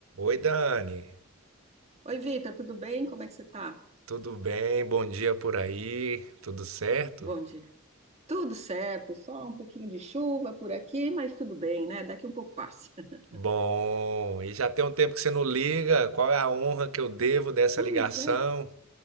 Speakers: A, on the right (about 80°); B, on the right (about 30°).
A: Oi, Dani.
B: Oi, Vitor, tudo bem? Como é que você tá?
A: Tudo bem? Bom dia por aí. Tudo certo?
B: Bom dia. Tudo certo, só um pouquinho de chuva por aqui, mas tudo bem, né? Daqui um pouco passa. <laughs>
A: Bom, e já tem um tempo que você não liga. Qual é a honra que eu devo dessa
B: Pois
A: ligação?
B: é,